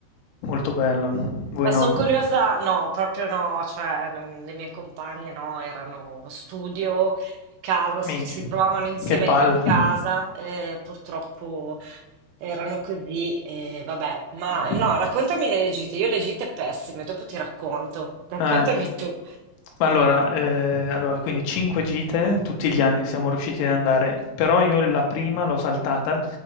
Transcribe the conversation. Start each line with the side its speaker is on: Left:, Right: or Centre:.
Left: molto bello. Voi
Right: Ma sono
Left: no?
Right: curiosa, no, proprio no, cioè non- le mie compagne no, erano studio, casa, s-
Left: Minchia,
Right: si trovavano insieme
Left: che palla.
Right: in casa, eh, purtroppo erano così, eh, vabbè. Ma
Left: Mh.
Right: no, raccontami delle gite, io le gite pessime, dopo ti racconto. Raccontami
Left: Ah,
Right: tu.
Left: ma allora, ehm, allora quindi 5 gite, tutti gli anni siamo riusciti ad andare, però io la prima l'ho saltata,